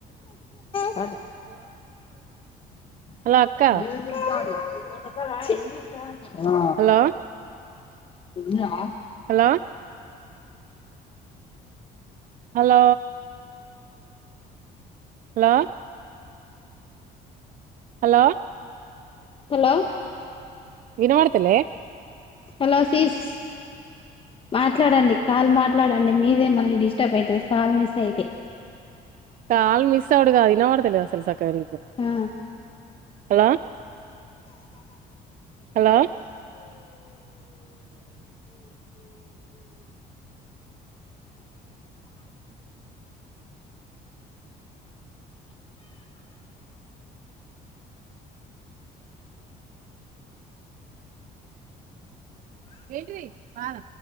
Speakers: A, on the left; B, on the right.
A: అగ <unintelligible>
B: హలో అక్క
A: ఛీ ఆ
B: hello
A: yeah
B: hello hello hello hello
A: hello
B: వినవడతలే
A: హలో సీస్ మాట్లాడండి కాల్ మాట్లాడండి మీదే మళ్ళీ డిస్టర్బ్ అయితది కాల్ మిస్ అయితే
B: కాల్ మిస్ అవుడుగా ఇనవాడతా లే అసలు సక్కగా నీకూ
A: ఆ
B: హలో హలో ఏంటి పాల